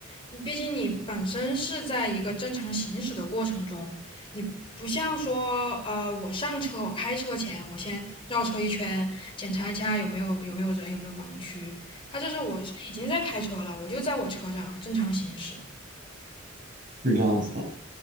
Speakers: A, on the left; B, on the right.
A: 你毕竟你本身是在一个正常行驶的过程中，不像说呃我上车我开车前我先绕车一圈，检查一下有没有有没有人有没有盲区，他这是我是已经在开车了，我就在我车上正常行驶。
B: 是这样子的。